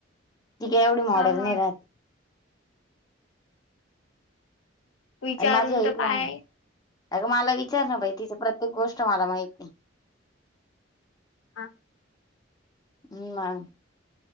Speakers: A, on the left; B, on the left.
A: ती काय एवढी मॉडेल
B: हा हा
A: नाही राहते.
B: विचारून
A: अगं माझ ऐकना.
B: तर पाय
A: अग मला विचार ना बाई. तिच प्रत्येक गोष्ट मला माहिती आहे.
B: हा.
A: म मग